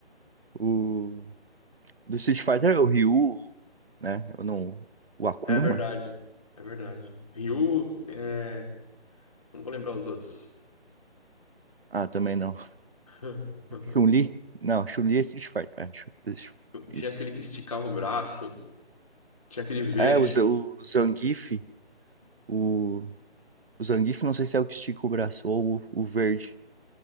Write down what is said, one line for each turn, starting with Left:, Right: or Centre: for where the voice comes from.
Right: O do Street Fighter é o Ryu, né? Eu não. O Akuma?
Left: É verdade, é verdade. Ryu, é... não vou lembrar os outros.
Right: Ah, também não.
Left: <laughs>
Right: Chun-Li? Não, Chun-Li é Street Fighter. É, Chun-
Left: Tinha
Right: isso.
Left: aquele que esticava o braço, tinha aquele verde.
Right: É, o, Z- o Zangief, o, o Zangief, não sei se é o que estica o braço ou o, o verde.